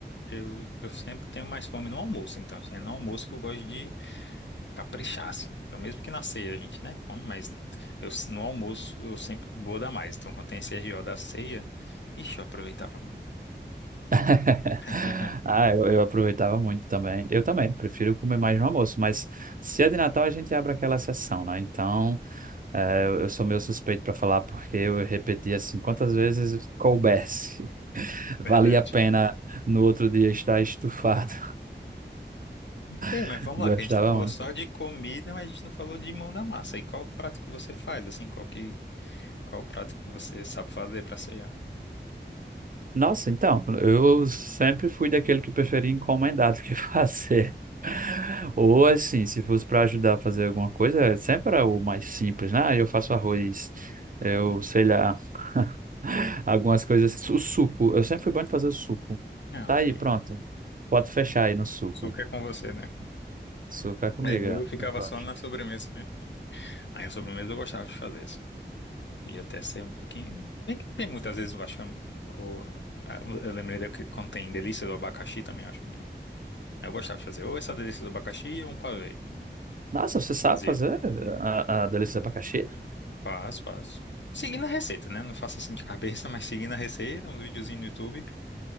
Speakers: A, on the left (about 75°); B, on the right (about 45°).
A: eu, eu sempre tenho mais fome no almoço, então. assim, é no almoço que eu gosto de caprichar, assim. Então, mesmo que na ceia a gente, né, come, mas eu, no almoço eu sempre vou dar mais. Então, quando tem esse R O da ceia, ixi, eu aproveitava muito.
B: <laughs>
A: <laughs>
B: Ah, eu, eu aproveitava muito também. Eu também, prefiro comer mais no almoço, mas ceia de Natal a gente abre aquela exceção, né? Então. É, eu eu sou meio suspeito para falar porque eu repeti assim quantas vezes coubesse. <laughs> Valia
A: Verdade.
B: a pena no outro dia estar estufado.
A: É,
B: <laughs>
A: mas vamos
B: Gostava
A: lá, que a gente tá falou
B: muito.
A: só de comida, mas a gente não falou de mão da massa. E qual prato que você faz, assim? Qual que, qual prato que você sabe fazer pra ceia?
B: Nossa, então, eu sempre fui daquele que preferia encomendar do que <laughs> fazer. Ou assim, se fosse para ajudar a fazer alguma coisa, sempre era o mais simples, né? Ah, Eu faço arroz, eu sei lá, <laughs> algumas coisas. O suco, eu sempre fui bom de fazer o suco.
A: Ah,
B: Tá
A: olha
B: aí,
A: aí.
B: pronto. Pode fechar aí no suco.
A: Açúcar é com você, né?
B: Açúcar comigo,
A: É, eu
B: é,
A: ficava
B: eu gosto.
A: só na sobremesa mesmo. Aí a sobremesa eu gostava de fazer, assim. Podia até ser um pouquinho. Bem que tem muitas vezes, eu acho que. é o- ah, Eu lembrei da que quando tem delícia do abacaxi também, eu acho muito bom. Aí Eu gostava de fazer ou essa delícia do abacaxi ou um pavê.
B: Nossa, você
A: Eu
B: sabe
A: fazia.
B: fazer a, a delícia de abacaxi?
A: Faço, faço. Seguindo a receita, né? Não faço assim de cabeça, mas seguindo a receita, um videozinho no YouTube,